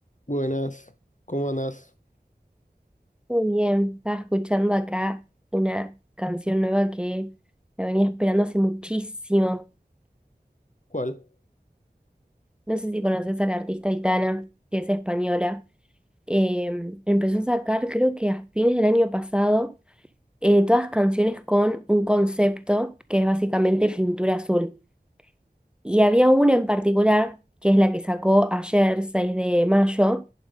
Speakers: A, on the left; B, in the centre.
A: Buenas, ¿cómo andás?
B: Muy bien, estaba escuchando acá una canción nueva que la venía esperando hace muchísimo.
A: ¿Cuál?
B: No sé si conoces a la artista Itana, que es española. Eh, empezó a sacar, creo que a fines del año pasado, eh, todas canciones con un concepto que es básicamente pintura azul. Y había una en particular, que es la que sacó ayer, 6 de mayo,